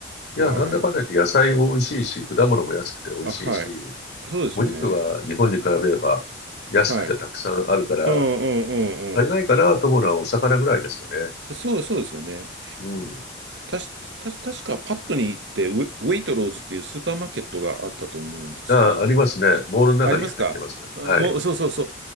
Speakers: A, on the left; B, on the right.
A: いや、
B: はい。
A: なんだかんだ言って野菜も美味しいし、果物も安くて美味しいし、
B: あ、はい。そうですよね。
A: お肉は日本に比べれば安くてたくさんあるから、
B: はい。うんうんうん
A: 足りないかなと思うのはお魚ぐらいですかね。
B: うん。そう、そうですよね。
A: うん。
B: たし、た、確かパットに行ってウェ、ウェイトローズっていうスーパーマーケットがあったと思うんですけど、
A: あ、ありますね。ボールの中に入ってます。
B: ありますかあもう、
A: はい。
B: そうそうそう。